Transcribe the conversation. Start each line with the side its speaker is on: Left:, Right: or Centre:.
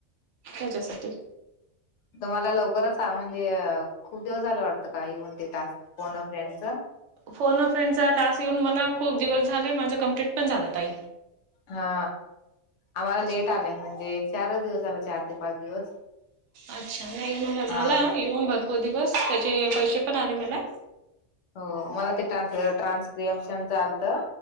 Right: त्याच्यासाठी.
Left: त मला लवकरच म्हणजे खूप दिवस झालं वाटतं का येऊन ते टास्क फोन अ फ्रेंडच?
Right: फोन अ फ्रेंडच टास्क येऊन मला खूप दिवस झाले. माझं कंम्प्लीट पण झालं ताई.
Left: हा. आम्हाला
Right: त्याच्या
Left: लेट आलंय म्हणजे चारच दिवस झाल. चार ते पाच दिवस.
Right: अच्छा नाही मला झाला
Left: हा
Right: येऊन भरपूर दिवस त्याचे पैसे पण आले मला.
Left: हो. मला ते टान -ट्रान्सक्रिप्शयनच चालत.